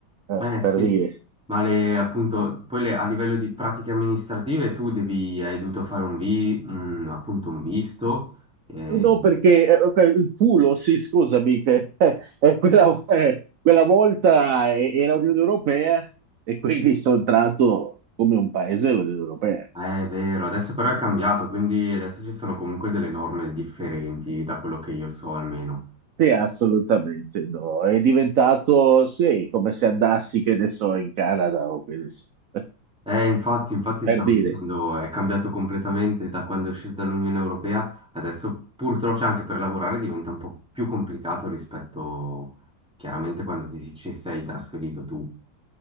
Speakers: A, on the right; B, in the centre.
A: eh,
B: eh sì,
A: per dire.
B: ma le, appunto, poi le- a livello di pratiche amministrative tu devi, hai dovuto fare un, vi- un- appunto un visto. eh,
A: No, perché eh, ok, il pulo, sì, scusami, che eh, eh, quella, eh, quella volta eh, era Unione Europea e quindi sono entrato come un paese dell'Unione Europea.
B: Eh, È vero, adesso però è cambiato, quindi adesso ci sono comunque delle norme differenti da quello che io so almeno.
A: Sì, assolutamente no. È diventato, sì, come se andassi, che ne so, in Canada o che ne so, <laughs>
B: Eh, infatti, infatti
A: per
B: stavo
A: dire.
B: dicendo, è cambiato completamente da quando è uscita dall'Unione Europea, adesso purtroppo cioè, anche per lavorare diventa un po' più complicato rispetto chiaramente quando ti- ci sei trasferito tu.